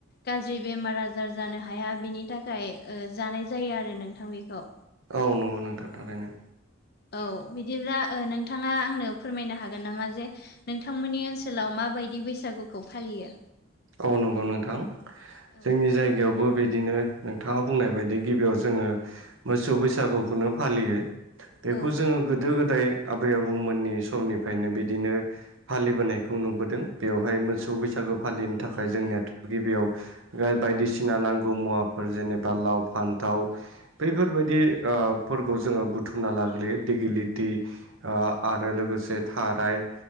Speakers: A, on the left; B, on the right.
A: गाज्रि बेमार आजार जानो हाया बिनि थाखाय ओ जानाय जायो आरो नोंथां बेखौ।
B: औ नंगौ नोंथां थारैनो।
A: औ बिदिब्ला ओ नोंथाङा आंनो फोरमायनो हागोन नामा जे नोंथांमोननि ओनसोलाव माबायदि बैसागुखौ फालियो?
B: औ नंगौ नोंथां।
A: औ
B: जोंनि जायगायावबो बिदिनो नोंथाङा बुंनाय बायदि गिबियाव जोङो मोसौ बैसागुखौनो फालियो बेखौ
A: औ
B: जोङो गोदो गोदाय आबै आबौमोननि समनिफायनो बिदिनो फालिबोनायखौ नुबोदों। बेवहाय मोसौ
A: औ
B: बैसागो फालिनो थाखाय जोंनियाथ' गिबियाव बायदिसिना नांगौ मुवाफोर जेनेबा लाव, फान्थाव बैफोरबायदि फोरफोरखौ ओ जोङो बुथुमना लाग्रोयो दिगिलिटि ओ आरो लोगोसे थाराय